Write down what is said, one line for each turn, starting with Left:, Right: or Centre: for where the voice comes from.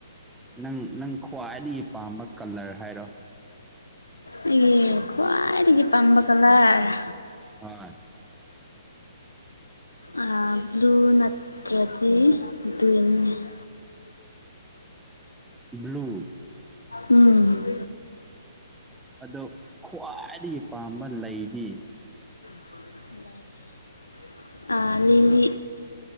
Centre: ꯅꯪ ꯅꯪ ꯈ꯭ꯋꯥꯏꯗꯒꯤ ꯄꯥꯝꯕ ꯀꯂꯔ ꯍꯥꯏꯔꯣ
Left: ꯑꯩꯒꯤ ꯈ꯭ꯋꯥ ꯈ꯭ꯋꯥꯏꯗꯒꯤ ꯄꯥꯝꯕ ꯀꯂꯔ
Centre: <unintelligible>
Left: ꯑꯥ ꯕ꯭ꯂꯨ ꯅꯠꯇ꯭ꯔꯗꯤ ꯒ꯭ꯔꯤꯟꯅꯦ <unintelligible>
Centre: ꯕ꯭ꯂꯨ
Left: ꯎꯝ
Centre: ꯑꯗꯨ ꯈ꯭ꯋꯥꯏꯗꯒꯤ ꯄꯥꯝꯕ ꯂꯩꯗꯤ
Left: ꯂꯩ ꯑꯥ ꯂꯤꯂꯤ